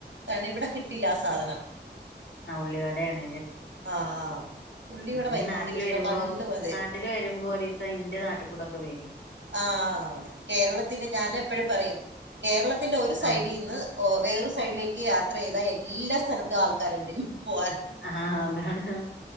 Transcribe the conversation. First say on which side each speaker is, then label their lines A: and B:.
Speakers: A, on the right (about 80°); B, on the left (about 85°).
A: തന്ന ഇവിടെ കിട്ടില്ല ആ സാധനം
B: ഉള്ളിവഡേയാണ്
A: ആ ആ ഉള്ളിവട
B: മം
A: ഭയങ്കര
B: നാട്ടില്
A: ഇഷ്ട
B: വരുമ്പോ
A: പണ്ടും അതെ
B: നാട്ടില് വരുമ്പോ ഒരിസം ഇന്റെ നാട്ടിൽ കൂടെക്കെ വരി
A: ആ കേരളത്തിന് ഞാൻ എപ്പോഴും പറയും കേരളത്തിന്റെ ഒരു സൈഡീന്ന്
B: ആഹ്
A: ഓ വേറൊരു സൈഡിലേക്ക് യാത്ര ചെയ്താ എല്ലാ സ്ഥലത്തും ആൾക്കാരുണ്ട് പോവാൻ
B: ആഹ് അതാണ്